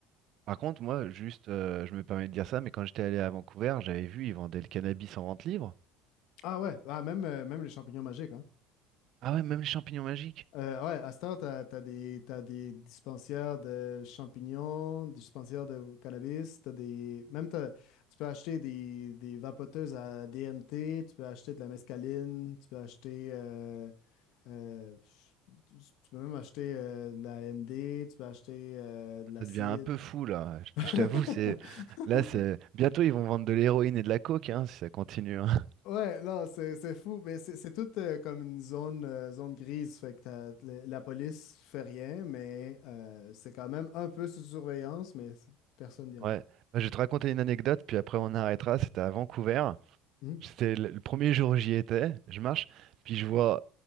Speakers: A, on the right; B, on the left.
A: Par contre, moi, juste, euh, je me permets de dire ça, mais quand j'étais allé à Vancouver, j'avais vu, ils vendaient le cannabis en vente libre.
B: Ah ouais, ah, même, euh, même les champignons magiques, hein.
A: Ah ouais, même les champignons magiques.
B: Euh, ouais, à Star, t'as, t'as des, t'as des dispensaires de champignons, des dispensaires de cannabis, t'as des... Même t'as- tu peux acheter des, des vapoteuses à DMT, tu peux acheter de la mescaline, tu peux acheter... euh, euh, tu tu peux même acheter euh, de la MD, tu peux acheter euh, de l'acide.
A: Ça devient un peu fou, là. Je
B: <laughs>
A: t- je t'avoue, c'est. Là, c'est. Bientôt, ils vont vendre de l'héroïne et de la coke, hein, si ça continue. hein.
B: Ouais, non, c'est c'est fou, mais c'est c'est tout euh, comme une zone, euh, zone grise, fait que t'as- la, la police fait rien, mais euh, c'est quand même un peu sous surveillance, mais c- personne dit rien.
A: Ouais. Bah, je vais te raconter une anecdote, puis après, on arrêtera. C'était à Vancouver.
B: Hmm.
A: C'était le le premier jour j'y étais, je marche, puis je vois